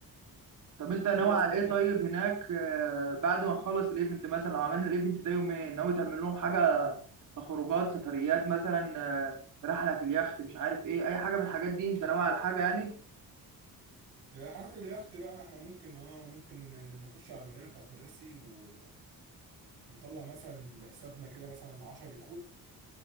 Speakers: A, on the right (about 55°); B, on the right (about 75°).
A: طب انت ناوي
B: خلاص
A: على
B: تمام
A: ايه طيب هناك آه، بعد ما نخلص الايفنت مثلا لو عملنا الايفنت ده يومين ناوي تعمل لهم حاجه خروجات سفريات مثلا آه، رحله في اليخت مش عارف ايه اي حاجه من الحاجات دي انت ناوي على حاجه يعني
B: يا حالة اليخت بقى احنا ممكن اه ممكن نخش على المارينا بتاعت مراسي و... ونطلع مثلا لحسابنا كده مثلا 10 يخوت